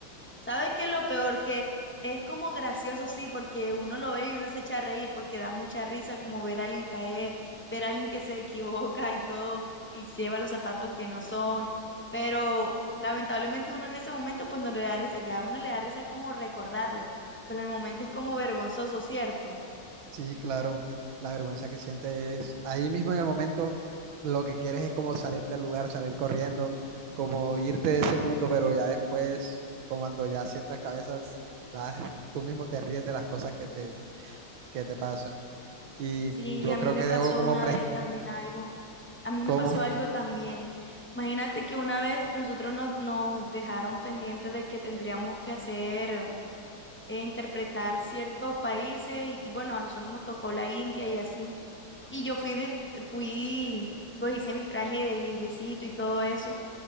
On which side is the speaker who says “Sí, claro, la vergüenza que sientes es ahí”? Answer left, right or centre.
Right